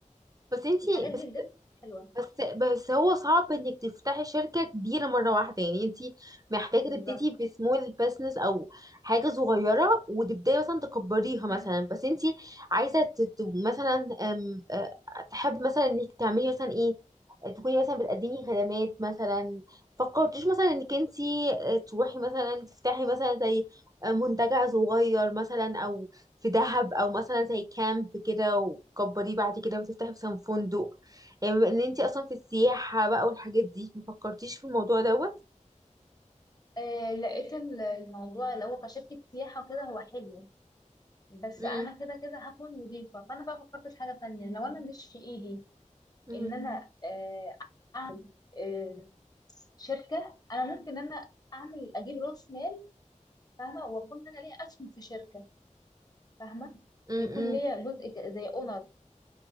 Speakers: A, on the right; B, on the left.
A: بس انتي
B: الحاجات دي
A: بس
B: بجد حلوة
A: بس بس هو صعب انك تفتحي شركة كبيرة مرة واحدة يعني انتي محتاجة
B: بالظبط
A: تبتدي بسمول بزنس او حاجة صغيرة وتبداي مثلا تكبريها
B: مم.
A: مثلا بس انتي عايزة تت... مثلا أم... أه، تحب مثلا انك تعملي مثلا ايه تكوني مثلا بتقدمي خدمات مثلا فكرتيش مثلا انك انتي أه، تروحي مثلا تفتحي مثلا زي آه، منتجع صغير مثلا او في دهب او مثلا زي كامب كده وتكبريه بعد كده وتفتحي مثلا فندق يعني بما ان انتي اصلا في السياحة بقى والحاجات دي ما فكرتيش في الموضوع دوت
B: آه لقيت ال- الموضوع اللي هو كشركة سياحة كده هو حلو بس
A: امم
B: أنا كده كده هكون مضيفة فأنا بقى فكرت في حاجة تانية لو أنا مش في إيدي
A: امم
B: إن أنا آه آه شركة أنا ممكن إن أنا أعمل أجيب رأس مال فاهمة وأكون أنا ليا أسهم في شركة فاهمة
A: امم
B: يكون ليا جزء ك- زي أونر